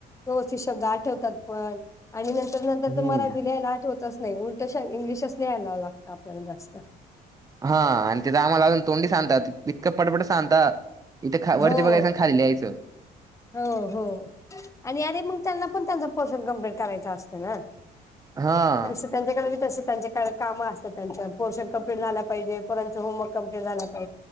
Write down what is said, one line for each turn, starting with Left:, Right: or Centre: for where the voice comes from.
Left: व्यवस्थित शब्द आठवतात. पण आणि नंतर नंतर
Right: हम्म.
Left: तर मराठी लिहायला आठवत. नाही उलट इंग्लिशच नाही यायलावं लागत. आपल्याला जास्त
Right: हा आणि ते तर आम्हाला आजून तोंडी सांगतात. ईतक पडपड सांगतात. इथे खा
Left: हो
Right: वरती बघयचं खाली लिहाचं.
Left: हो हो आणि अरे मग त्यांना पण त्यांच पोर्शन कम्प्लीट करायचा असतो. ना
Right: हां
Left: तसे त्यांच्याकडे बी तसे त्यांचे काय कामं असतात. त्यांं पोर्शन कंप्लीट झाला पाहिजे. पणचं होमवर्क कंप्लिट झाला